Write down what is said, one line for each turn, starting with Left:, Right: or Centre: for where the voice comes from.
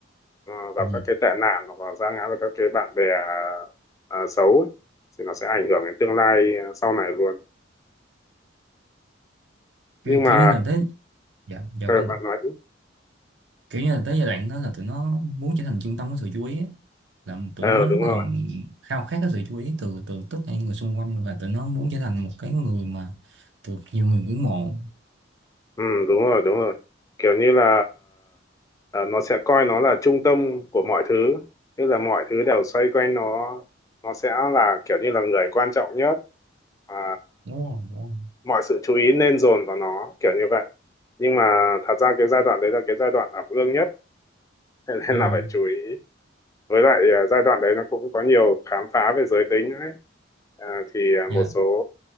Left: à, vào
Right: ừ.
Left: các cái tệ nạn hoặc là sa ngã vào các cái bạn bè à, xấu ấy. thì nó sẽ ảnh hưởng đến tương lai à, sau này luôn nhưng
Right: kiểu
Left: mà
Right: kiểu như là tới dạ dạ
Left: ờ,
Right: vâng
Left: bạn
Right: ạ
Left: nói đúng
Right: kiểu như là tới giai đoạn đó là tụi nó muốn trở thành trung tâm của sự chú ý á. là tụi
Left: ờ
Right: nó
Left: đúng
Right: rất là
Left: rồi
Right: khao khát cái sự chú ý từ từ tất cả những người xung quanh và tụi nó muốn trở thành một cái người mà được nhiều người ngưỡng mộ
Left: Ừ, đúng rồi, đúng rồi. Kiểu như là à, nó sẽ coi nó là trung tâm của mọi thứ, tức là mọi thứ đều xoay quanh nó, nó sẽ là kiểu như là người quan trọng nhất, à,
Right: đúng rồi đúng rồi
Left: mọi sự chú ý nên dồn vào nó, kiểu như vậy. Nhưng mà thật ra cái giai đoạn đấy là cái giai đoạn ẩm ương nhất, <laughs> thế nên
Right: ừ
Left: là phải chú ý. Với lại à, giai đoạn đấy nó cũng có nhiều khám phá về giới tính nữa ấy. À, thì à,
Right: dạ
Left: một số